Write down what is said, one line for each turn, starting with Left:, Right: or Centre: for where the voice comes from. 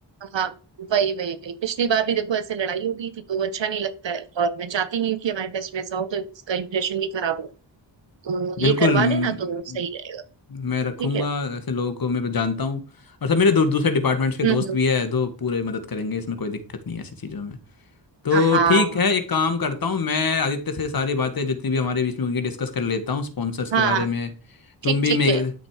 Right: हाँ वही वही वही पिछली बार भी देखो ऐसे लड़ाई हो गई थी तो वो अच्छा नहीं लगता है और मैं चाहती नहीं हूँ कि हमारे टेस्ट में ऐसा हो तो इसका इम्प्रेशन भी खराब हो तो
Left: बिल्कुल
Right: ये करवा
Left: म,
Right: लेना तो सही रहेगा
Left: मैं रखूंगा
Right: ठीक है
Left: ऐसे लोगों को मैं जानता हूँ और सब मेरे दू, दूसरे डिपार्टमेंट्स के
Right: हम्म
Left: दोस्त
Right: हम्म,
Left: भी है तो पूरे मदद करेंगे इसमें कोई दिक्कत नहीं है ऐसी चीज़ों में तो
Right: हाँ हाँ
Left: ठीक है एक काम करता हूँ मैं आदित्य से सारी बातें जितनी भी हमारे बीच में होंगी डिस्कस कर लेता हूँ स्पॉन्सर्स के
Right: हाँ
Left: बारे
Right: हाँ,
Left: में तुम
Right: ठीक
Left: भी
Right: ठीक
Left: मेगा
Right: है